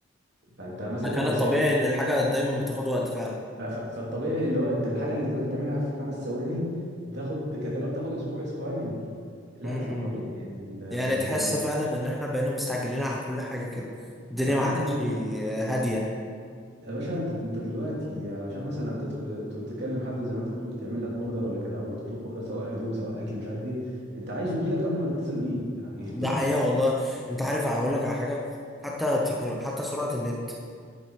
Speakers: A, on the right; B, in the centre.
A: فانت مثلا
B: كان
A: الرساله
B: الطبيعي
A: اللي احنا
B: ان الحاجه دايما بتاخد وقت فعلا
A: ف- ف- فالطبيعي اللي هو انت الحاجه اللي دلوقتي بتعملها في خمس ثواني تاخد كانت الاول تاخد اسبوع اسبوعين لا
B: امم
A: فطبيعي ان ال
B: يعني تحس
A: ال-
B: فعلا ان احنا بقينا مستعجلين على كل حاجه كده الدنيا
A: اه
B: ما
A: ده
B: عادتش
A: حقيقي
B: هاديه
A: يا باشا انت انت دلوقتي عشان مثلا تدخل ت- تكلم حد زي ما انت بتقول يعمل لك اوردر ولا كده او تطلب اوردر سواء هدوم سواء اكل مش عارف ايه انت عايزه يجي لك قبل ما تتصل بيه يعني
B: ده حقيقة والله انت عارف هقول لك على حاجة حتى تكنو... حتى سرعة النت